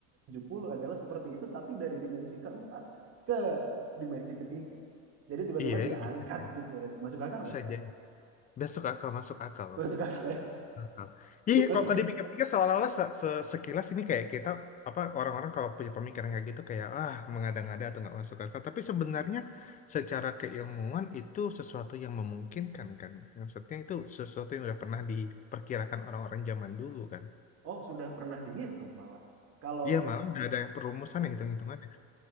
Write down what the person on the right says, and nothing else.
puluh adalah seperti itu, tapi dari dimensi keempat ke dimensi ketiga. Jadi tiba-tiba
diangkat
gitu aja. Masuk akal
nggak?
<laughs> Masuk akal ya?
<laughs> Masuk.
Oh, sudah pernah dihitung malah. Kalau
betul.